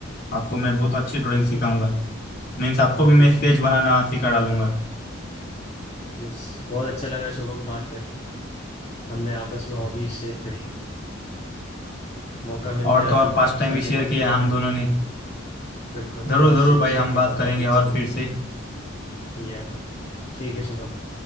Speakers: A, on the left (about 50°); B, on the left (about 30°).
A: आपको मैं बहुत अच्छी ड्राइंग
B: बिल्कुल
A: सिखाऊंगा मीन्स आपको
B: बस
A: भी मैं स्केच बनाना सिखा डालूंगा
B: बहुत अच्छा लगा शुभम बात करके हमने आपस में हॉबीज शेयर करी मौका मिलते
A: और
B: रहा
A: तो
B: अपन
A: और पास्ट
B: वापस
A: टाइम
B: आके
A: भी शेयर
B: बात
A: किया
B: करेंगे
A: हम दोनों ने
B: बिल्कुल
A: जरूर
B: पास
A: जरूर
B: टाइम
A: भाई
B: शेयर
A: हम
B: का
A: बात
B: मौका
A: करेंगे
B: फिर से
A: और
B: मिलेगा
A: फिर से
B: ये ठीक है शुभम